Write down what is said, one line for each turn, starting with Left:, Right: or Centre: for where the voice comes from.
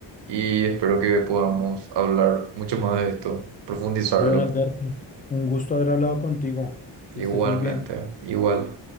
Right: y espero que podamos hablar mucho más de esto, profundizarlo.
Left: Bueno, Alberto, Un gusto haber hablado contigo. Que
Right: Igualmente,
Left: estés muy bien.
Right: igual.